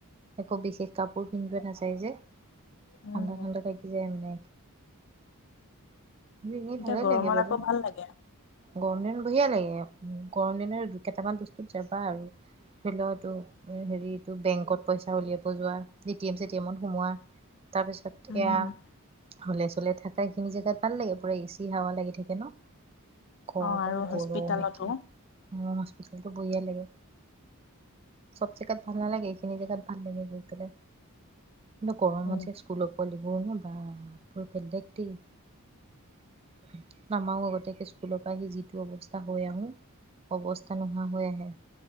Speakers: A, on the right; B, on the left.
A: একো বিশেষ কাপোৰ পিন্ধি যোৱা নাযায় যে।
B: উম,
A: ঠাণ্ডা ঠাণ্ডা লাগি যায় মানে। <unintelligible>
B: এতিয়া
A: <unintelligible> ভালে
B: গৰমত
A: লাগে বাৰু,
B: আকৌ ভাল লাগে
A: গৰম দিন বঢ়িয়া লাগে, গৰম দিনৰ দু কেইটামান বস্তু যাবা আৰু। খেলটো এ হেৰিত বেংকত পইচা উলিয়াব যোৱা, এ টি এম চে টি এমত সোমোৱা। তাৰপিছত
B: উম,
A: এয়া হ'লে চলি থাকা এইখিনি জেগাত ভাল লাগে পুৰা এচি হাৱা লাগি থাকে ন। <unintelligible>
B: অ', আৰু হস্পিতালতো
A: টো বঢ়িয়া লাগে। চব জেগাত ভাল নালাগে, এইখিনি জেগাত আল নি কতলে ইমান গৰমত
B: উম।
A: যে স্কুলত। বাকলিবোৰ বা বৰ বেলেগ দেই। নমাও আগ তাকে স্কুলৰ পৰা আহি যিটো অৱস্থা হৈ আহো। অৱস্থা নোহোৱা হৈ আহে